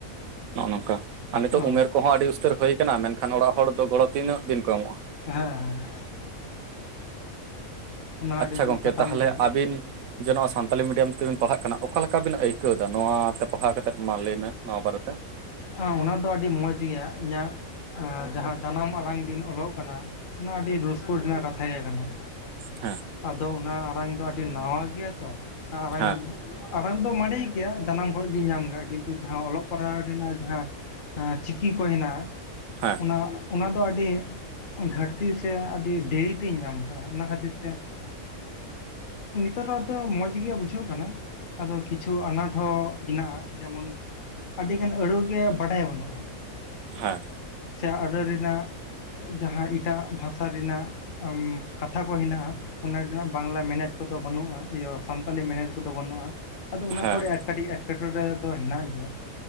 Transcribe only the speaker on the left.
ᱚ
ᱦᱮᱸ ᱚᱱᱟ
ᱟᱹᱰᱤ ᱡᱩᱛ
ᱠᱟᱛᱷᱟᱢ
ᱞᱟᱹᱭ ᱠᱮᱜᱼᱟ
ᱦᱮᱸ ᱚᱱᱟ ᱫᱚ ᱟᱹᱰᱤ ᱢᱚᱸᱡᱽ ᱜᱮᱭᱟ ᱤᱧᱟᱹᱜ ᱮᱸᱻ ᱡᱟᱦᱟᱸ ᱡᱟᱱᱟᱢ ᱟᱲᱟᱝ ᱫᱤᱱ ᱚᱞᱚᱜ ᱠᱟᱱᱟ ᱚᱱᱟ ᱟᱹᱰᱤ ᱨᱟᱹᱥᱠᱟᱹ ᱨᱮᱱᱟᱜ ᱠᱟᱛᱷᱟ ᱜᱮ ᱠᱟᱱᱟ
ᱟᱫᱚ ᱚᱱᱟ ᱟᱲᱟᱝ ᱫᱚ ᱟᱹᱰᱤ ᱱᱟᱣᱟ ᱜᱮᱭᱟ ᱛᱚ, ᱚᱱᱟ ᱟᱲᱟᱝ
ᱟᱲᱟᱝ ᱫᱚ ᱢᱟᱰᱮᱭ ᱜᱮᱭᱟ ᱡᱟᱱᱟᱢ ᱠᱷᱚᱱ ᱜᱤᱧ ᱧᱟᱢ ᱦᱮᱸ ᱠᱤᱱᱛᱩ ᱡᱟᱦᱟᱸ ᱚᱞᱚᱜ ᱯᱟᱲᱦᱟᱣ ᱨᱮᱭᱟᱜ ᱡᱟᱦᱟᱸ ᱪᱤᱠᱤ ᱠᱚ ᱦᱮᱱᱟᱜᱼᱟ
ᱚᱱᱟ ᱚᱱᱟ ᱫᱚ ᱟᱹᱰᱤ ᱜᱷᱟᱴᱛᱤ ᱥᱮ ᱟᱹᱰᱤ ᱫᱮᱨᱤ ᱛᱤᱧ ᱧᱟᱢ ᱟᱠᱟᱜᱼᱟ ᱚᱱᱟ ᱠᱷᱟᱹᱛᱤᱨ ᱛᱮ ᱱᱤᱛᱚᱜ ᱫᱚ ᱟᱫᱚ ᱢᱚᱸᱡᱽ ᱜᱮ ᱵᱩᱡᱷᱟᱹᱣᱜ ᱠᱟᱱᱟ ᱟᱫᱚ ᱠᱤᱪᱷᱩ ᱟᱱᱟᱴ ᱦᱚᱸ ᱦᱮᱱᱟᱜᱼᱟ ᱡᱮᱢᱚᱱ ᱟᱹᱰᱤᱜᱟᱱ ᱟᱹᱲᱟᱹ ᱜᱮ ᱵᱟᱰᱟᱭ ᱵᱟᱹᱱᱩᱜᱼᱟ
ᱥᱮ ᱟᱲᱮ ᱨᱮᱱᱟᱜ ᱡᱟᱦᱟᱸ ᱮᱴᱟᱜ ᱵᱷᱟᱥᱟ ᱨᱮᱱᱟᱜ ᱟᱢ ᱠᱟᱛᱷᱟ ᱠᱚ ᱢᱮᱱᱟᱜᱼᱟ ᱚᱱᱟ ᱨᱮᱱᱟᱜ ᱵᱟᱝᱞᱟ ᱢᱮᱱᱮᱫ ᱠᱚᱫᱚ ᱵᱟᱹᱱᱩᱜᱼᱟ ᱤᱭᱟᱹ ᱥᱟᱱᱛᱟᱞᱤ ᱢᱮᱱᱮᱫ ᱠᱚᱫᱚ ᱵᱟᱹᱱᱩᱜᱼᱟ ᱟᱫᱚ ᱚᱱᱟ
ᱠᱚᱨᱮ ᱟᱨ ᱠᱟᱴᱤᱡ ᱮᱴᱠᱮᱴᱚᱬᱮ ᱫᱚ ᱦᱮᱱᱟᱜ ᱜᱮᱭᱟ